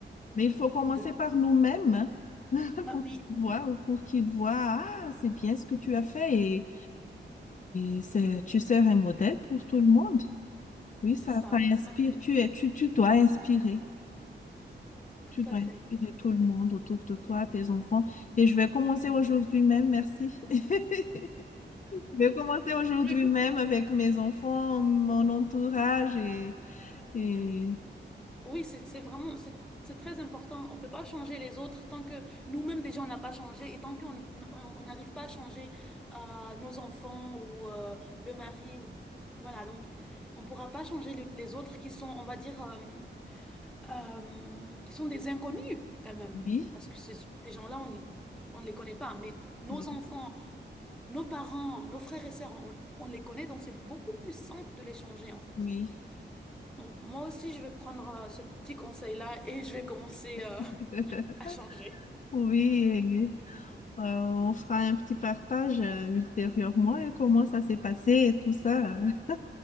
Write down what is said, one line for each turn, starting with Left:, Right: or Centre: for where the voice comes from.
Left: mais il faut commencer
Centre: de...
Left: par nous-mêmes hein, <laughs>
Centre: Ah
Left: pour
Centre: oui,
Left: qu'ils voient ou pour qu'ils voient, ah, c'est bien ce que tu as fait et, et c'est, tu sers un modèle pour tout le monde. Oui,
Centre: c'est
Left: ça,
Centre: ça,
Left: ça
Centre: tout
Left: inspire,
Centre: à fait,
Left: tu es, tu, tu dois inspirer.
Centre: tout
Left: Tu dois
Centre: à fait,
Left: inspirer tout
Centre: tout
Left: le monde
Centre: à
Left: autour de toi, tes enfants. Et je vais commencer aujourd'hui même, merci. <laughs> Je vais commencer aujourd'hui
Centre: fait. <laughs>
Left: même avec mes enfants, mon entourage et, et...
Centre: Oui, c'est c'est vraiment, c'est c'est très important. On ne peut pas changer les autres tant que nous-mêmes déjà on n'a pas changé et tant qu'on on on n'arrive pas à changer euh, nos enfants ou euh, le mari. Ou, voilà, donc on ne pourra pas changer les, les autres qui sont, on va dire, euh, euh, qui sont des inconnus quand même.
Left: Oui,
Centre: Parce que ces, ces gens-là, on, ne- on ne les connaît pas. Mais nos
Left: oui,
Centre: enfants, nos parents, nos frères et sœurs, on, on les connaît, donc c'est beaucoup plus simple de les changer en fait.
Left: oui.
Centre: Donc, moi aussi, je vais prendre euh, ce petit conseil-là et je vais commencer euh,
Left: <laughs>
Centre: <laughs> à changer.
Left: Oui, Euh, on fera un petit partage euh, ultérieurement et comment ça s'est passé et tout ça. <laughs> euh.